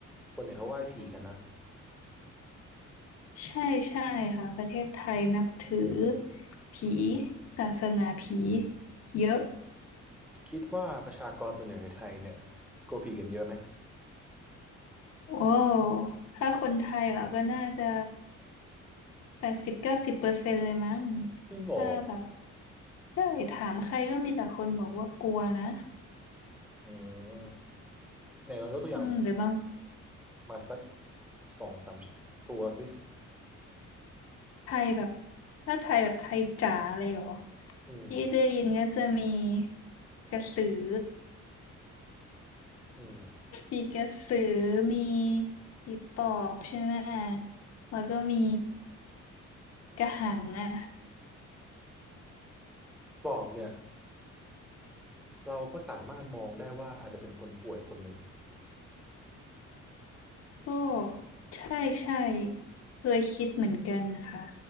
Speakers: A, in the centre; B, on the left.
A: ส่วนใหญ่เขาไหว้ผีกันนะ
B: <laughs> ใช่ใช่ค่ะประเทศไทยนับถือผีศาสนาผีเยอะ
A: คิดว่าประชากรส่วนใหญ่ในไทยเนี่ยกลัวผีกันเยอะไหม
B: โอ้ถ้าคนไทยเราก็น่าจะแปดสิบเก้าสิบเปอร์เซ็นต์เลยมั้ง
A: จริงเหรอ
B: ถ้าแบบใช่ถามใครก็มีแต่คนบอกว่ากลัวนะ
A: อืมไหนลองยกตัวอย่างผี
B: อืมหรือบาง
A: มาสักสองสามตัวสิ
B: ไทยแบบถ้าไทยแบบไทยจ๋าเลยเหรอ
A: อืม
B: ที่ได้ยินก็จะมีกระสือ
A: อืม
B: มีกระสือ มีผีปอบใช่ไหม แล้วก็มีกระหังอ่ะ
A: ปอบเนี่ยเราก็สามารถมองได้ว่าอาจจะเป็นคนป่วยคนหนึ่ง
B: ก็ใช่ใช่เคยคิดเหมือนกันนะคะ